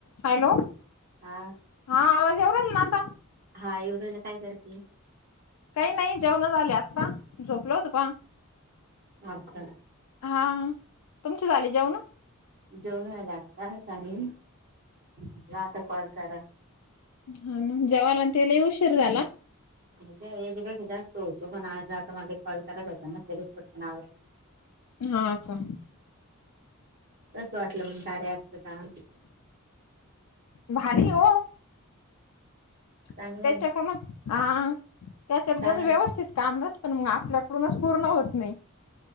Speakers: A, on the left; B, on the right.
A: Hello
B: हा
A: हा आवाज येऊ राहिला ना आता.
B: हा एवरेला काय करते.
A: काही नाही जेवण झाले आत्ता झोपले होते पण
B: अच्छा.
A: हा तुमची झाली जेवण.
B: जेवण झाला आता <unintelligible> म्हणलं आता कॉल करा.
A: हा न जेवायला आणि तेउशीर झाला.
B: म्हणजे एजपेक्ष होतो पण आज आता मला कॉल कराय होता ना पटकन आवर
A: हा का
B: कसं वाटलं मग कार्याच अँपच काम
A: भारी हो त्यात
B: चांगलं आहे
A: हा त्याच्यात
B: चांगल
A: कणी व्यवस्थित कामरत राहत पण मग आपल्याकडूनच पूर्ण होत नाही